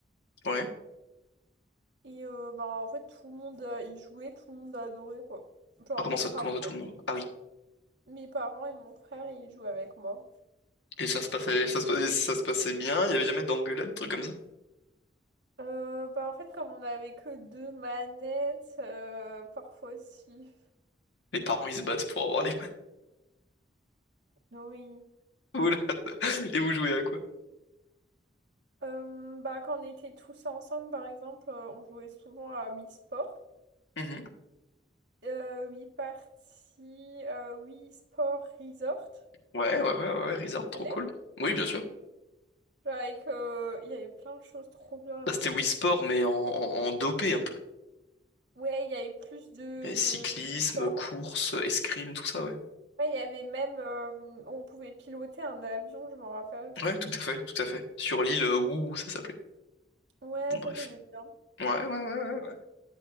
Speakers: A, on the left (about 80°); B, on the right (about 80°).
A: ouais
B: Et euh, bah en fait, tout le monde euh, y jouait, tout le monde adorait, quoi. Genre
A: ah, comment
B: mes
A: ça
B: parents,
A: comment ça tout le monde
B: ils-
A: ah oui
B: mes parents et mon frère, ils jouaient avec moi.
A: et ça se passait ça se passait ça se passait bien il y avait jamais d'engueulade trucs comme ça
B: Euh, bah en fait, comme on n'avait que deux manettes, euh, parfois aussi.
A: les parents ils se battent pour avoir les
B: Oui.
A: Oula. <laughs> Et vous jouez à quoi?
B: Euh, bah, quand on était tous ensemble, par exemple, euh, on jouait souvent à Wii Sport.
A: Mhm.
B: Euh, Wii Party, euh, Wii Sport Resort.
A: Ouais, ouais, ouais, ouais, ouais, Rizard, trop
B: Vous connaissez
A: cool. Oui, bien sûr.
B: Genre avec, euh, il y avait plein de choses trop bien
A: Bah,
B: là-dessus.
A: c'était Wii Sport, mais en, en- en dopé un peu.
B: Ouais, il y avait plus de,
A: Et
B: de,
A: cyclisme,
B: de sport.
A: course, escrime, tout ça, ouais.
B: Ouais, il y avait même, euh, on pouvait piloter un avion, je m'en rappelle.
A: Ouais, tout à fait, tout à fait. Sur l'île euh, Wu, ça s'appelait.
B: Ouais,
A: Bon, bref.
B: ça j'aimais bien.
A: Ouais, ouais, ouais, ouais. ouais.